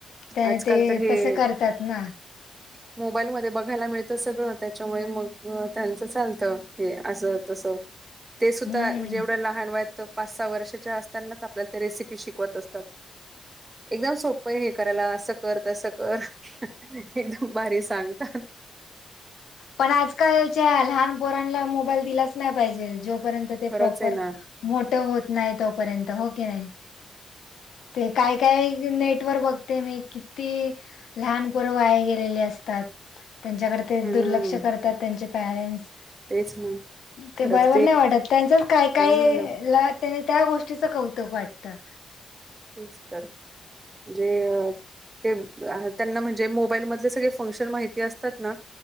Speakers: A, on the left (about 80°); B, on the right (about 25°).
A: त्याने
B: आजकाल
A: ते
B: तर हे
A: तसं करतात ना
B: <inaudible> मोबाईलमध्ये बघायला मिळतं सगळं, त्याच्यामुळे मग त्यांचं चालतं, हे असं तसं <inaudible> ते सुद्धा
A: हम्म
B: म्हणजे एवढ्या लहान वयात, पाच सहा वर्षाच्या असतानाच, आपल्याला ते रेसिपी शिकवत असतात. एकदम सोप ए हे करायला. असं कर, तसं कर एकदम भारी सांगतात
A: पण आजकालच्या लहान पोरांना मोबाईल दिलाच नाई पाहिजे, जोपर्यंत ते
B: खरंच
A: प्रॉपर
B: आहे ना
A: मोठं होत नाही, तोपर्यंत हो की नाही? ते काय काय नेट वर बघते मी किती? लहान पोरं वाया गेलेली असतात त्यांच्याकडे ते
B: हम्म
A: दुर्लक्ष करतात. त्यांचे पॅरेंट्स
B: तेच ना खरं
A: ते बरोबर
B: तर
A: नाही वाटत, त्यांचंच काय काय
B: हम्म
A: ए लाख त्यांना त्या गोष्टीचं कौतुक वाटतं.
B: तेच तर म्हंजे ते त्यांना म्हणजे मोबाईल मधले सगळे फंक्शन माहिती असतात ना